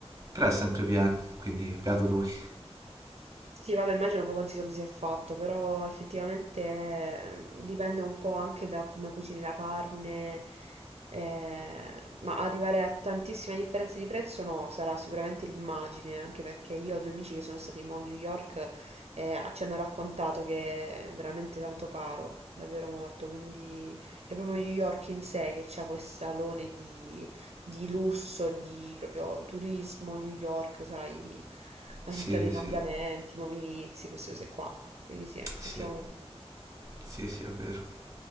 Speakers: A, on the right; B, on the right.
A: però è sempre pieno, quindi beato lui.
B: Sì, vabbè, immagino poi quanti soldi si è fatto, però effettivamente ehm, dipende un po' anche da come cucini la carne, eh, ma arrivare a tantissime differenze di prezzo no, sarà sicuramente l'immagine, anche perché io ho due amici che sono stati mo a New York e ci hanno raccontato che è veramente tanto caro, davvero molto, quindi è proprio New York in sé che ha quest'alone di di lusso, di proprio turismo, New York, sai, la
A: Sì,
B: città dei cambiamenti,
A: sì,
B: nuovi inizi, queste cose qua. Quindi sì, effettivamente.
A: sì, sì, sì, è vero.